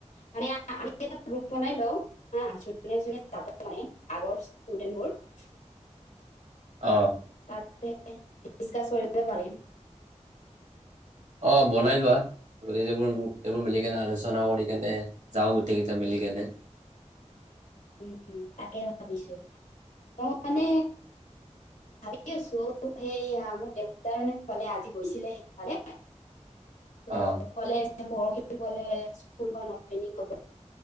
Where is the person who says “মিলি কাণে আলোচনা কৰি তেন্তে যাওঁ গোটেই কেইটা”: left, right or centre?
Right